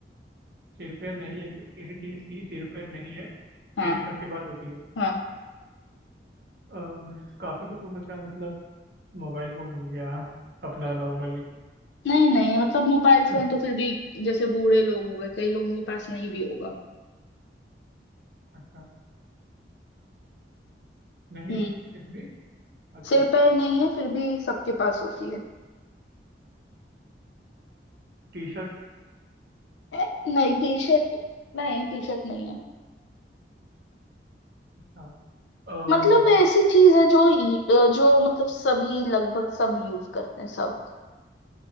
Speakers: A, on the right (about 60°); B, on the left (about 80°).
A: सिर पैर नहीं है कि, किसी चीज की सिर पैर नहीं है
B: हाँ
A: फिर भी सबके पास होती है
B: हाँ
A: अ, मतलब काफी कुछ हो सकता है मतलब मोबाइल फोन हो गया अपना नॉर्मली
B: नहीं नहीं मतलब मोबाइल
A: हम्म,
B: फोन तो फिर भी जैसे बूढ़े लोग हो गए कई लोगों के पास नहीं भी होगा
A: अच्छा नहीं
B: हम्म
A: होती फिर भी अच्छा
B: सिर पैर नहीं है फिर भी सबके पास होती है
A: T shirt
B: ए, नहीं टी शर्ट नहीं टी शर्ट नहीं है
A: अच्छा अम्म,
B: मतलब ऐसी चीज है जो ई- जो मतलब सभी लगभग सब यूज करते हैं सब